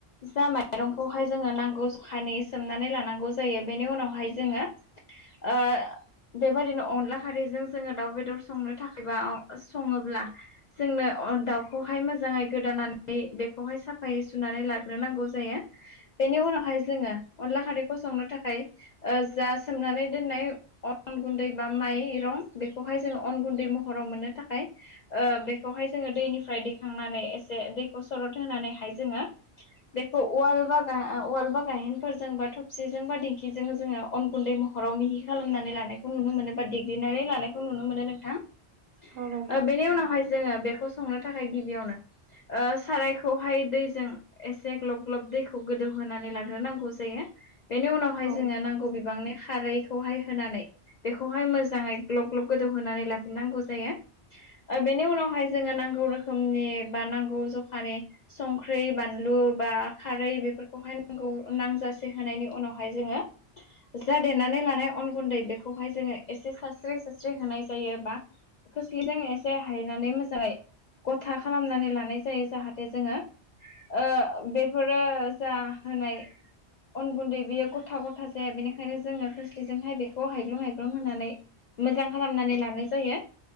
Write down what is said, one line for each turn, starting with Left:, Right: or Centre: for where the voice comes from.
Left: जा माइरंखौहाय जोङो नांगौ जखानि सोमनानै लानांगौ जायो बेनि उनाव बेवहाय जोङो ओ बेबायदिनो अनला खारैजों जोङो दाउ बेदर संनो थाखायबा सङोब्ला जोंनो दाउखौहाय मोजाङै गोदानानै बेखौहाय सा फायै सुनानै लाग्रोनांगौ जायो। बेनि उनावहाय जोङो अनला खारैखौ संनो थाखाय जा सोमनानै दोननाय अन गुन्दै बा माइरं बेखौहाय जोङो अन गुन्दै महराव मोननो थाखाय ओ बेखौहाय जोङो दैनिफ्राय दैखांनानै एसे दैखौ सरद होनानैहाय जोङो बेखौ उवाल ब उवाल बा गायहेनफोरजोंबा थबसिजोंबा दिंखि जों जोङो अन गुन्दै महराव मिहि खालामनानै लानायखौ नुनो मोनो बा देग्लिनानै लानायखौ नुनो मोनो नोंथां। ओ
Right: औ नोंथां औ नोंथां औ नोंथां
Left: बेनि उनावहाय जोङो बेखौ संनो थाखाय गिबियावनो ओ सारायखौहाय दैजों एसे ग्लब ग्लब दैखौ गोदौहोनानै लाग्रोनांगौ जायो बेनि उनाव बेहाय
Right: औ
Left: जोङो नांगौ बिबांनि खारै खौहाय होनानै बेखौहाय मोजाङै ग्लब ग्लब गोदौहोनानै लाफिननांगौ जायो। बेनि उनावहाय जोङो नांगौ रोखोमनि बा नांगौ जखानि संख्रि बानलु बा खारै बेफोरखौहाय नांगौ नांजासे होनायनि उनाव बेहाय जोङो जा देरनानै लानाय अन गुन्दै बेखौहाय जोङो एसे सारास्रि सास्रि होनाय जायो बा खोस्लिजों एसे हायनानै मोजाङै गथा खालामनानै लानाय जायो जाहाथे जोङो ओ बेफोरो जा होनाय अन गुन्दै बेयो गथा गथा जाया बेनिखायनो जोङो खोस्लिजोंहाय बेखौ हायग्लुं हायग्लुं होनानै मोजां खालामनानै लानाय जायो